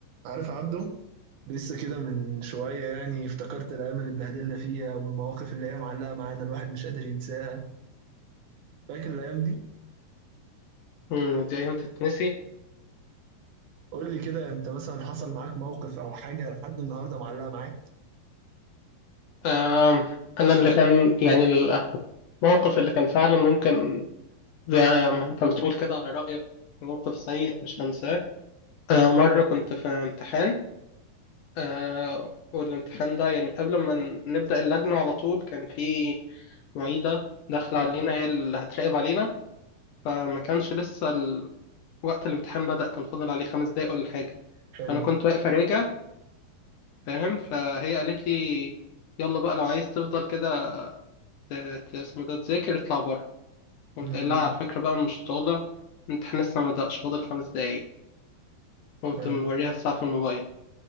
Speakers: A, on the right (about 80°); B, on the left (about 70°).
A: عارف عبده لسه كده من شوية يعني افتكرت الأيام اللي اتبهدلنا فيها والمواقف اللي هي معلقة معانا الواحد مش قادر ينساها فاكر الأيام دي؟
B: مم، دي أيام تتنسي
A: قول لي كده أنت مثلا حصل معاك موقف أو حاجة لحد النهاردة معلقة معاك
B: آم، أنا اللي كان يعني الموقف اللي كان فعلا ممكن زي ما أنت بتقول كده على رأيك موقف سيء مش هنساه آه، مرة كنت في امتحان آه، والامتحان ده يعني قبل ما نبدأ اللجنة على طول كان في معيدة داخلة علينا هي اللي هتراقب علينا فما كانش لسه ال... وقت الامتحان بدأ كان فاضل عليه خمس دقايق ولا حاجة
A: حلو
B: أنا كنت واقف أراجع فاهم فهي قالت لي يلا بقى لو عايز تفضل كده ت- ت- اسمه ده تذاكر اطلع بره قمت
A: مم.
B: قايل لها على فكرة بقى أنا مش طالع الامتحان لسه ما بدأش فاضل خمس دقايق قمت
A: آه.
B: موريها الساعة في الموبايل